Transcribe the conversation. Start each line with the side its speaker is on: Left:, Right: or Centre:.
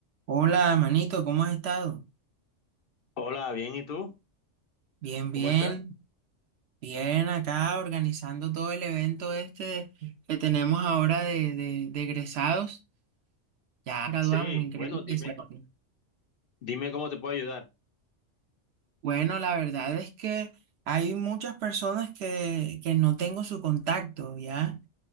Right: Hola, manito, ¿cómo has estado?
Left: Hola, bien, ¿y tú?
Right: Bien, bien,
Left: ¿Cómo estás?
Right: bien acá organizando todo el evento este que tenemos ahora de, de, de egresados. Ya graduamos,
Left: Sí,
Right: increíble.
Left: bueno, dime,
Right: ¿cierto?
Left: dime cómo te puedo ayudar.
Right: Bueno, la verdad es que hay muchas personas que, que no tengo su contacto, ¿ya?